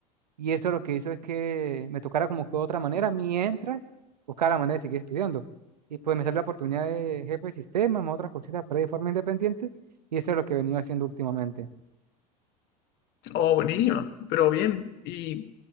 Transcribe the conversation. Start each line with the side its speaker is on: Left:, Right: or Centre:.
Right: y eso lo que hizo es que me tocara como que de otra manera, mientras buscaba la manera de seguir estudiando. Y pues me salió la oportunidad de jefe de sistema, más otras cositas por ahí de forma independiente, y eso es lo que he venido haciendo últimamente.
Left: Oh, buenísima, pero bien. Y,